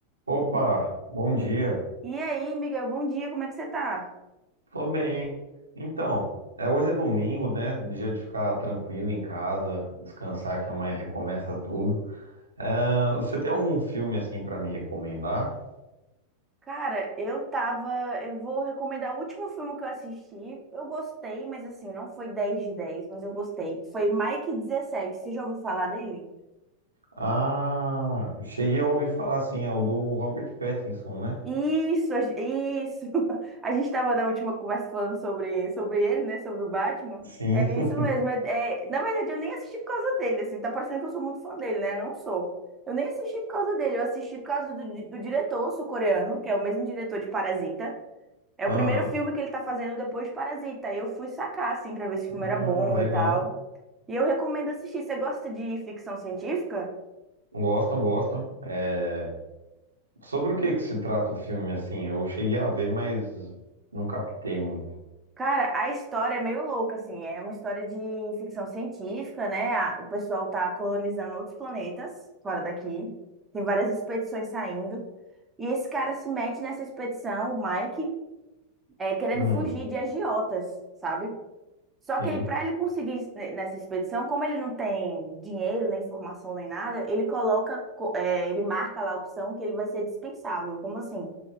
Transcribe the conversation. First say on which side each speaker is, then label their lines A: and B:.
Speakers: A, on the right; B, on the right.
A: Opa,
B: E,
A: bom
B: e-
A: dia.
B: e aí, Miguel, bom dia, como é que você tá?
A: Tô bem, Então, é, hoje é domingo, né? Dia de ficar tranquilo em casa, descansar que amanhã recomeça tudo. É, você tem algum filme assim pra me recomendar?
B: Cara, eu tava. Eu vou recomendar o último filme que eu assisti. Eu gostei, mas assim, não foi 10 de dez. mas eu gostei. Foi Mike dezessete. Você já ouviu falar dele?
A: Ah, cheguei a ouvir falar assim, é o do Robert Pattinson, né?
B: Isso, a gen- isso. <laughs> A gente tava na última conversa falando sobre, sobre ele, né? Sobre o Batman.
A: Sim.
B: É
A: <laughs>
B: isso mesmo. É, é- na verdade, eu nem assisti por causa dele, assim. Tá parecendo que eu sou muito fã dele, né? Não sou. Eu nem assisti por causa dele, eu assisti por causa do, di- do diretor sul-coreano, que é o mesmo diretor de Parasita. É
A: Aham.
B: o primeiro filme que ele tá fazendo depois de Parasita. Aí Eu fui sacar, assim, pra ver se o
A: Ah,
B: filme era bom
A: legal.
B: e tal. E eu recomendo assistir. Você gosta de ficção científica?
A: Gosto, gosto. É, Sobre o que que se trata o filme assim? Eu cheguei a ver, mas não captei muito.
B: Cara, a história é meio louca, assim. É uma história de ficção científica, né? A- O pessoal tá colonizando outros planetas fora daqui. Tem várias expedições saindo. E esse cara se mete nessa expedição, o Mike, é, querendo
A: Hum,
B: fugir de agiotas, sabe? Só
A: sim.
B: que aí, para ele conseguir ne- nessa expedição, como ele não tem dinheiro, nem formação, nem nada, ele coloca, co- eh, ele marca lá a opção que ele vai ser dispensável. Como assim?